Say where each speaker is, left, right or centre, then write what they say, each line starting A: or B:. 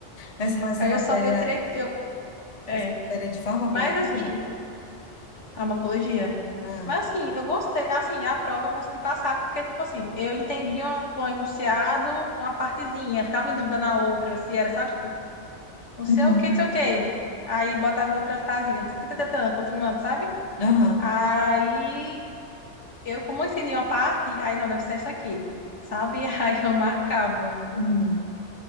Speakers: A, on the left; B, on the left.
A: Essa, mas essa
B: Aí
A: matéria,
B: eu só, eu tirei, eu, é.
A: essa matéria de farmacologia.
B: Mas assim, farmacologia.
A: Ah,
B: Mas assim, eu gostei, assim, a prova eu consegui passar, porque tipo assim, eu entendia um um enunciado, uma partezinha, ficava em dúvida na outra, se era, sabe? Tipo, não sei
A: uhum,
B: o que, não sei o que. Aí botava outra frasinha, tã, tã, tã, tã, tã, continuando, sabe?
A: aham,
B: Aí Eu, como eu ensinei uma parte, aí não, deve ser essa aqui, sabe? <laughs> Aí eu marcava.
A: uhum.